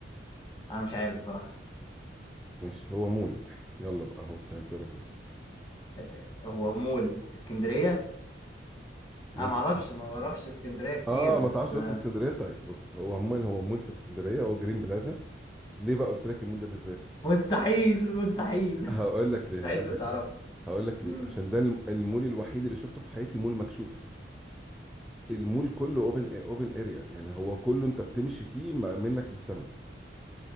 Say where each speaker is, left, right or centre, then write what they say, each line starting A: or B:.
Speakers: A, on the left (about 25°); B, in the centre.
A: أنا مش عارف صراحة
B: مش هو مول يلا بقى اهو سهلت لك أهو.
A: آه، هو مول في اسكندرية
B: مول
A: أنا معرفش
B: في اسكندرية
A: ما بروحش اسكندرية كتير
B: اه
A: بس
B: ما تعرفش دلوقتي
A: آه،
B: في اسكندرية طيب بص هو عموما هو مول في اسكندرية هو جرين بلازا ليه بقى قلت لك المول ده بالذات
A: مستحيل مستحيل
B: هقول
A: <laughs>
B: لك ليه
A: مستحيل
B: هقول
A: كنت
B: لك
A: أعرفها
B: ليه هقول لك
A: مم.
B: ليه عشان ده الم- المول الوحيد اللي شفته في حياتي مول مكشوف المول كله اوبن اوبن اريا يعني هو كله انت بتمشي فيه ما- منك للسما